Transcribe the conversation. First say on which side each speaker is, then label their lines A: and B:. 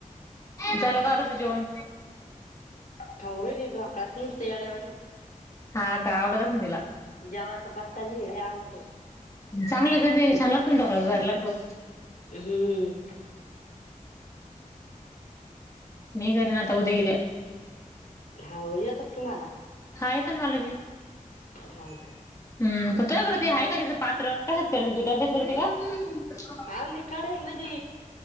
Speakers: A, on the left (about 25°); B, on the left (about 80°).
A: आहे झाल कारच जेवण
B: तरलिड अकळच नित याळे्यावनी
A: हा का आवडतस तिला
B: जेवचा पत्का नि आवडतो
A: चांगले तर ते छान लागतं ना डॉक जायला लागतो
B: हम्म
A: मेघरीन त उद्याग्या
B: होा येत तुम्हाला
A: हा येत मला बी
B: ह का
A: हूं त तू्याकड ते आहे कां त्यांच पात्र कशात करते तू डब्यात करते का?
B: आहो मी कढई मधी